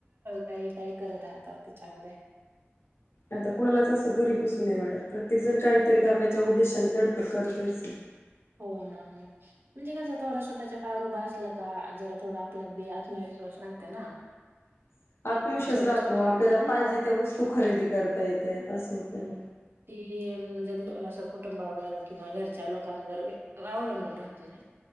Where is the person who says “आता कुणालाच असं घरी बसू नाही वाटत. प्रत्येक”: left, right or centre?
Left